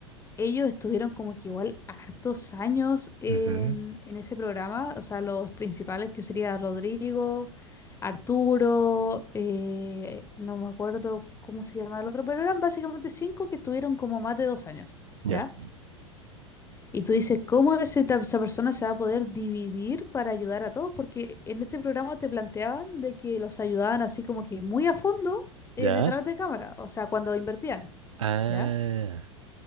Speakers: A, on the left; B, on the right.
A: ellos estuvieron como que igual hartos años en,
B: Ujú.
A: en ese programa, o sea, los principales que sería Rodrigo, Arturo, eh, no me acuerdo cómo se llamaba el otro, pero eran básicamente cinco que estuvieron como más de dos años.
B: Ya,
A: ¿ya? Y tú dices, ¿cómo ese ta- esa persona se va a poder dividir para ayudar a todos? Porque en este programa te planteaban de que los ayudaban así como que muy a fondo eh,
B: ya.
A: detrás de cámara, o sea, cuando invertían,
B: Ah.
A: ¿ya?